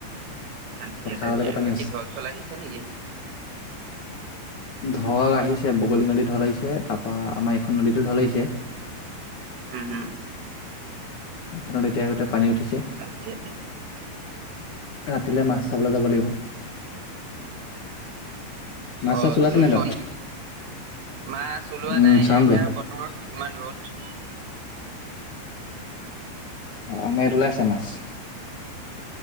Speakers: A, on the right (about 85°); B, on the left (about 55°).
A: তাকে
B: পথাৰলৈকে
A: তাকেবাক
B: পানী আছে।
A: ঢল-চল আহিছে নেকি?
B: ঢল আহিছে বগলী নদী ঢল আহিছে তাৰপা আমাৰ এইখন নদীতো ঢল আহিছে।
A: উম-উম,
B: এখনত এতিয়া আগতে পানী উঠিছে।
A: তাকে
B: ৰাতিলৈ মাছ চাবলৈ যাব লাগিব। মাছ চাছ
A: অ'
B: ওলাইছে
A: জুছোৱা
B: নাই তাত?
A: নেকি? না চলোৱা
B: উম
A: নাই
B: চাওঁগে।
A: এয়াহে আৰু বতৰৰ ইমান ৰ'দ।
B: আমাৰ এইফালে আছে মাছ।